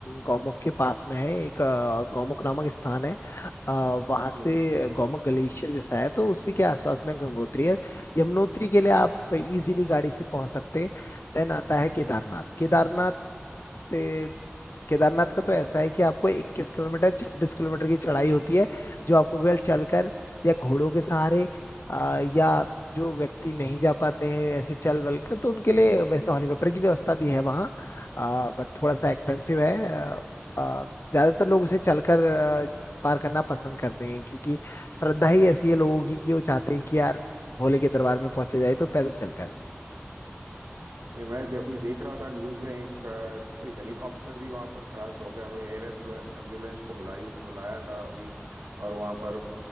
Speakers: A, on the left; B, on the right.
A: गौमुख के पास में है एक आ, गौमुख नामक स्थान है आ, वहां से
B: लिए
A: गौमुख ग्लेशियर जैसा है तो उसी के आसपास में गंगोत्री है यमुनोत्री के लिए आप इजीली गाड़ी से पहुंच सकते हैं देन आता है केदारनाथ केदारनाथ से केदारनाथ का तो ऐसा है कि आपको 21 किलोमीटर 26 किलोमीटर की चढ़ाई होती है जो आपको केवल चलकर या घोड़ों के सहारे आ, या जो व्यक्ति नहीं जा पाते हैं ऐसे चल बल कर तो उनके लिए वैसे हेलीकॉप्टर की व्यवस्था भी है वहाँ बट थोड़ा सा एक्सपेंसिव है आ, आ, ज्यादातर लोग उसे चलकर आ, पार करना पसंद करते हैं क्योंकि श्रद्धा ही ऐसी है लोगों की कि वो चाहते हैं कि यार भोले के दरबार में पहुंचे जाए तो पैदल चलकर
B: ये मैं दे- अभी देख रहा था न्यूज में एक अ, कोई हेलीकॉप्टर भी वहां पर क्रैश हो गया कोई एयर एम्बुलेंस को बुलाई बुलाया था अभी और वहां पर अ,